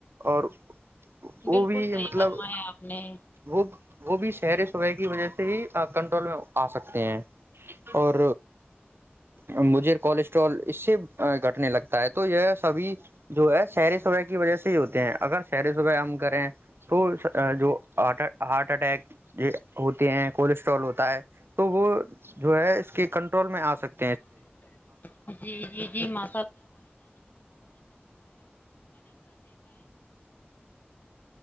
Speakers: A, on the right (about 70°); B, on the left (about 45°).
A: اور وہ
B: بالکل
A: بھی
B: صحیح
A: مطلب
B: فرمایا آپ نے
A: وہ وہ بھی شہر صبح کی وجہ سے ہی کنٹرول میں آ سکتے ہیں اور مجھے کولیسٹرول اس سے گھٹنے لگتا ہے تو یہ سبھی جو ہے شہر صبح کی وجہ سے ہی ہوتے ہیں اگر شہر صبح ہم کریں تو جو ہارٹ اٹیک یہ ہوتے ہیں کولسٹرول ہوتے ہے تو وہ جو ہے اس کی کنٹرول میں آ سکتی
B: <unintelligible> <unintelligible> چہرے پر